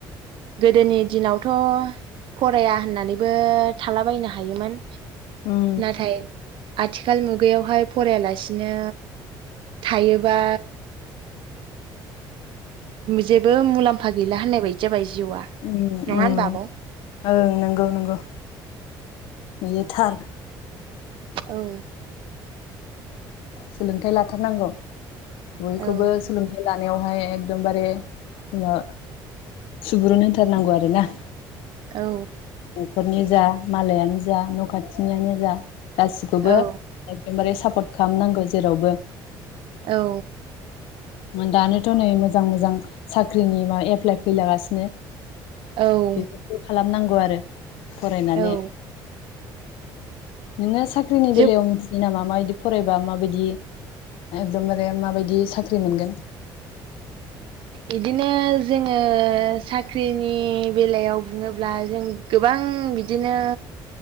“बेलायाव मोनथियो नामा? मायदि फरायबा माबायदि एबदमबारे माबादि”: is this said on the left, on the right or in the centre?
Left